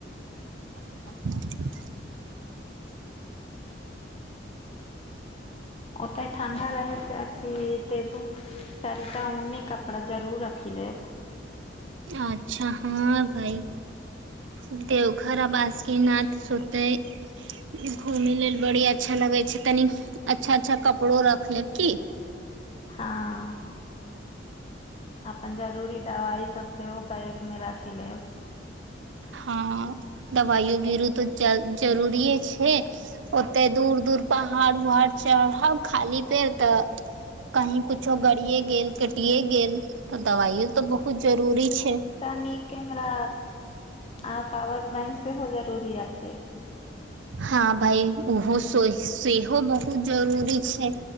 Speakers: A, on the right; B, on the left.
A: ह <inaudible>
B: ओते ठण्डा रहे अछी एते बुक तबी त उऊन्नी कपड़ा जरूर रखि लेब
A: अच्छा हँ भइ देवघर आ बासकीनाथ सुते घूमय लेल बड़ी अच्छा लगे छै तनी अच्छा अच्छा कपड़ो रख लेब की
B: हाँ अपन जरूरी दवाई सब सेहो बैंग मे राखि लेब
A: हाँ दवाइयो बीरो तऽ जय जरुरी छै ओते दूर दूर पहाड़ उहाड़ चढ़ब खाली पैर तऽ कहीं कुछो गड़िये गेल कटिे गेल तऽ दबाइे तऽ बहुत जरूरी छै
B: तनिक नीक कैमरा आ पावर बैंक सेहो जरूरी अछि
A: हाँ भाय ओहो से सेहो बहुत जरूरी छै